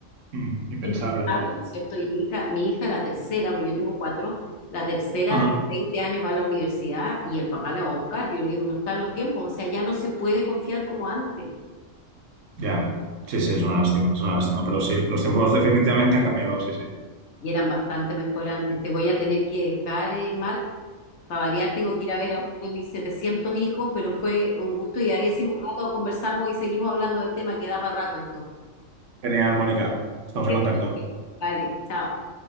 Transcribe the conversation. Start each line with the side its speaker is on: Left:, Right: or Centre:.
Right: Mm, impensable
Left: impensable,
Right: ahora.
Left: ¿no es cierto? Y mi hija, mi hija, la tercera, pues yo tengo cuatro, la tercera
Right: Ajá.
Left: tiene 20 años, va a la universidad y el papá la va a buscar. Yo le digo, no están los tiempos, o sea, ya no se puede confiar como antes.
Right: Ya, sí, sí, es una lástima, es una lástima, pero sí, los tiempos definitivamente han cambiado, sí, sí.
Left: Y eran bastante mejor antes. Te voy a tener que dejar, eh, Marc. Para variar, tengo que ir a ver a uno de mis 700 hijos, pero fue un gusto y a ver si más rato conversamos y seguimos hablando del tema que da para rato esto.
Right: Genial, Mónica, estamos
Left: Es que-
Right: en contacto.
Left: Vale, chao.